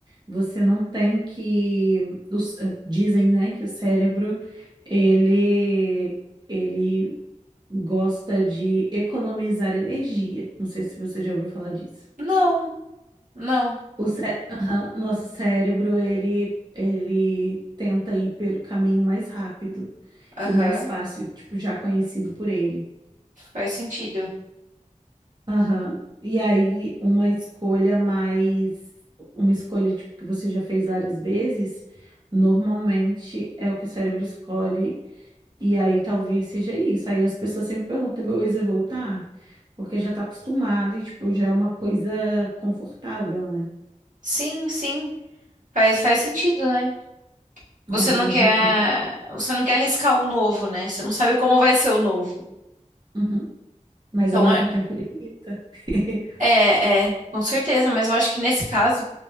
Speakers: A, on the right; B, on the right.
A: Você não tem que os- eh, dizem, né, que o cérebro ele ele gosta de economizar energia. Não sei se você já ouviu falar disso.
B: Não, não.
A: O cé- Aham, nosso cérebro ele ele tenta ir pelo caminho mais rápido
B: Aham.
A: e mais fácil, tipo já conhecido por ele.
B: Faz sentido.
A: Aham. E aí, uma escolha mais, uma escolha tipo que você já fez várias vezes, normalmente é o que o cérebro escolhe. E aí talvez seja isso. Aí as pessoas sempre perguntam, meu ex vai voltar? Porque já tá acostumado e tipo, já é uma coisa confortável, né?
B: Sim, sim. Faz, faz sentido, né? Você
A: Mas
B: não
A: ao mesmo
B: quer,
A: tempo,
B: você não quer arriscar o novo, né? Você não sabe como vai ser o novo.
A: Uhum. mas
B: Então,
A: ao mesmo
B: é,
A: tempo limita. <laughs>
B: é, é, com certeza, mas eu acho que nesse caso